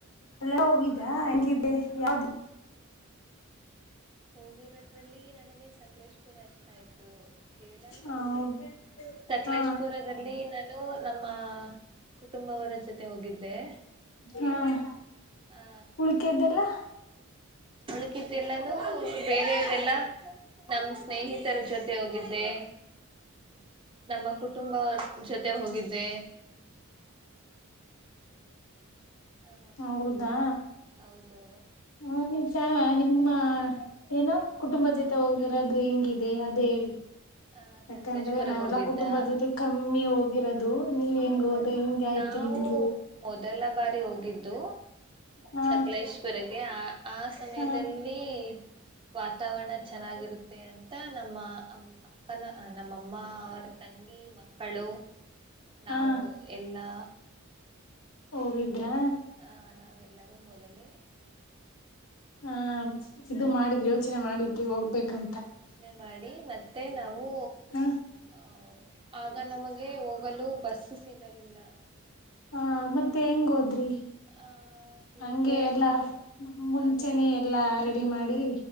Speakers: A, on the left (about 75°); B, on the right (about 25°).
A: ಎಲ್ಲ ಹೋಗಿದ್ದ ಹಂಗಿದ್ದೆ ಯಾವ್ದ
B: ಹೋಗಿರೋದ್ರಲ್ಲಿ ನನಗೆ ಸಕಲೇಶ್ಪುರ ಇಷ್ಟಾಯ್ತು ಕೇರಳನು
A: ಹೌದು
B: ಅಷ್ಟೇ ಸಕಲೇಶಪುರದಲ್ಲಿ
A: ಹಾ
B: ನ ನು ನಮ್ಮ ಕುಟುಂಬವರ ಜೊತೆ ಹೋಗಿದ್ದೆ
A: ಹ್ಮ್
B: ಆ
A: ಉಳಿಕೆ ಇದ್ದಲ್ಲ
B: ಉಳುಕಿದ್ರೆಲ್ಲಾನು ಬೇರೆ ಇದೆಲ್ಲ ನಮ್ ಸ್ನೇಹಿತರ ಜೊತೆ ಹೋಗಿದ್ದೆ ನಮ್ಮ ಕುಟುಂಬ ಜೊತೆ ಹೋಗಿದ್ದೆ ಹ
A: ಹೌದಾ
B: ಹೌದು
A: ಹಾ ನಿಮ್ಸ ನಿಮ್ಮ ಏನೋ ಕುಟುಂಬ ಜೊತೆ ಹೋಗಿರೋದು ಹೆಂಗಿದೆ ಅದೇ ಹೇಳಿ
B: ಆ
A: ಯಾಕಂದ್ರೆ
B: ಸಕಲೇಶ್ಪುರಗ್
A: ನಾವೆಲ್ಲಾ
B: ಹೋಗಿದ್ದ
A: ಕುಟುಂಬ ಜೊತೆ ಕಮ್ಮಿ ಹೋಗಿರೋದು ನೀವ್ ಹೆಂಗ್
B: ಆ
A: ಹೋದ ಹೆಂಗ ಆಯ್ತಿು
B: ನಾವು
A: ನಿಮ್ದ
B: ಮೊದಲ ಬಾರಿ ಹೋಗಿದ್ದು
A: ಹ
B: ಸಕಲೇಶ್ ವರೆಗೆ ಆ ಆ ಸಮಯದಲ್ಲಿ
A: ಹ
B: ವಾತಾವರಣ ಚೆನ್ನಾಗಿರುತ್ತೆ ಅಂತ ನಮ್ಮ ಅ ಅಕ್ಕನ ನಮ್ಮಮ್ಮ ಅವರ ತಂಗಿ ಮಕ್ಕಳು ನಾವು
A: ಹಾ
B: ಎಲ್ಲಾ
A: ಹೋಗಿದ್ರಾ
B: ಆ ನಾವೆಲ್ಲರೂ ಮೊದಲೇ
A: ಹ ಇದು ಮಾಡಿದ್ರೆ ಯೋಚನೆ ಮಾಡಿದ್ರೆ ಹೋಗ್ಬೇಕಂತ
B: ನೆ ಮಾಡಿ ಮತ್ತೆ ನಾವು
A: ಹ
B: ಆಹ್ ಆಗ ನಮಗೆ ಹೋಗಲು ಬಸ್ ಸಿಗಲಿಲ್ಲ
A: ಹಾ ಮತ್ತೆ ಹೆಂಗ ಹೋದ್ರಿ
B: ಆ ಹೀಗೆ
A: ಹಂಗೆ ಎಲ್ಲಾ ಮುಂಚೆನೆ
B: ಹಾಗೆ
A: ಎಲ್ಲ ಎಲ್ಲ ರೆಡಿ ಮಾಡಿ